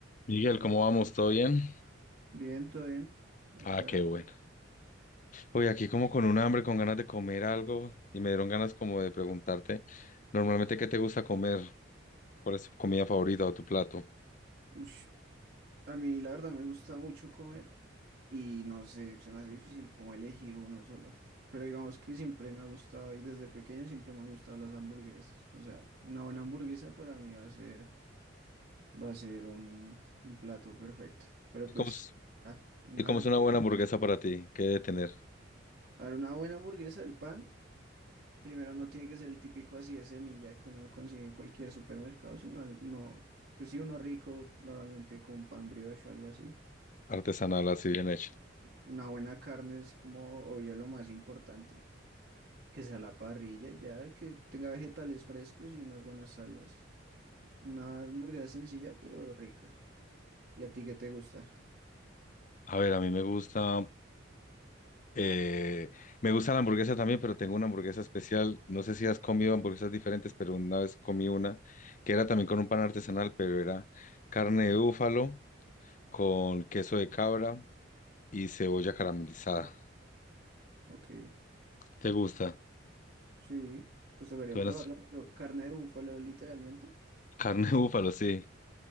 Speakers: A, on the left; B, on the right.
A: Miguel, ¿cómo vamos? ¿Todo bien?
B: Bien, todo bien. Acá
A: Ah, qué
B: es...
A: bueno. Uy, aquí como con un hambre, con ganas de comer algo y me dieron ganas como de preguntarte, normalmente, ¿qué te gusta comer? ¿Cuál es tu comida favorita o tu plato?
B: Ush, A mí la verdad me gusta mucho comer y no sé, se me hace difícil como elegir uno solo. Pero digamos que siempre me ha gustado y desde pequeño siempre me han gustado las hamburguesas. O sea, una buena hamburguesa para mí va a ser, va a ser un, un plato perfecto. Pero
A: ¿Y
B: pues,
A: cómo es,
B: ah, nada.
A: y cómo es una
B: que-
A: buena hamburguesa para ti? ¿Qué debe tener?
B: A ver, una buena hamburguesa, el pan, primero no tiene que ser el típico así de semilla que uno consigue en cualquier supermercado, sino el- uno, pues sí, uno rico, normalmente con un pan brioche o algo así.
A: Artesanal, así bien hecho.
B: Una buena carne es como, obvio, lo más importante. Que sea la parrilla, y ya que tenga vegetales frescos y unas buenas salsas. Una hamburguesa sencilla, pero rica. ¿Y a ti qué te gusta?
A: A ver, a mí me gusta, eh, me gusta la hamburguesa también, pero tengo una hamburguesa especial. No sé si has comido hamburguesas diferentes, pero una vez comí una que era también con un pan artesanal, pero era carne de búfalo con queso de cabra y cebolla caramelizada.
B: Ok,
A: ¿Te gusta?
B: sí, pues tocaría
A: Suena
B: probarla.
A: s-
B: Pero carne de búfalo, literalmente.
A: <laughs> carne de búfalo, sí,